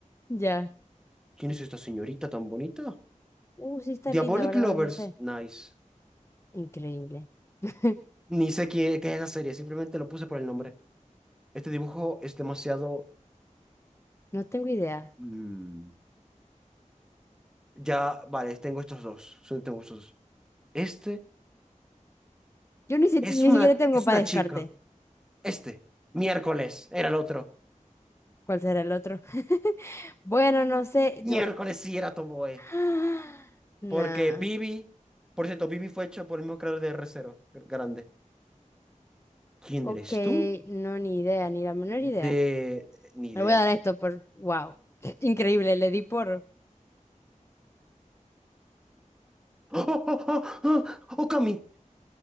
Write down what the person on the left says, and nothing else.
Ya.
Uh, sí está linda,
¿verdad?
No sé.
Increíble. <laughs>
No tengo idea.
Yo ni, si-
ni
siquiera tengo
para descarte.
¿Cuál será el otro? <laughs> Bueno, no sé,
yo...
<gasps> Nah,
ok,
no, ni idea, ni la menor
idea.
Le voy a dar a esto por... Wow, <laughs> increíble, le di por...